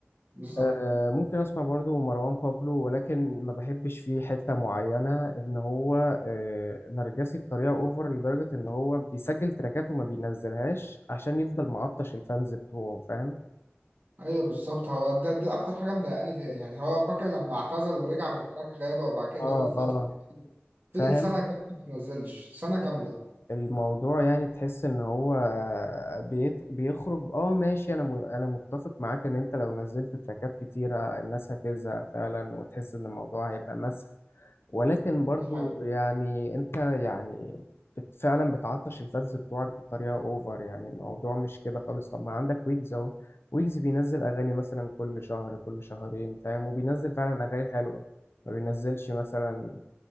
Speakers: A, on the right; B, on the left.
A: بالظبط
B: آه ممكن اسمع برضو مروان بابلو ولكن ما بحبش فيه حتة معينة ان هو آه نرجسي بطريقة اوفر لدرجة ان هو بيسجل تراكاته وما بينزلهاش عشان يفضل معطش الفانز بتوعه فاهم
A: ايوه بالظبط هو ده دي اكتر حاجه مضايقاني فيه يعني
B: ال-
A: هو فاكر لما اعتزل ورجع بتراك غابه وبعد كده
B: اه
A: اول فتره
B: اه فاهم
A: فضل سنه كامله ما نزلش سنه كامله
B: الموضوع يعني تحس ان هو بيت- بيخرج اه ماشي انا م- انا متفق معاك ان انت لو نزلت تراكات كتيرة الناس هتزهق فعلا وتحس ان الموضوع هيبقى مسخ ولكن برضو
A: دي حقيقه
B: يعني انت يعني بت- فعلا بتعطش الفانز بتوعك بطريقة اوفر يعني الموضوع مش كده خالص طب ما عندك ويجز اهو ويجز بينزل اغاني مثلا كل شهر كل شهرين فاهم وبينزل فعلا اغاني حلوة ما بينزلش مثلا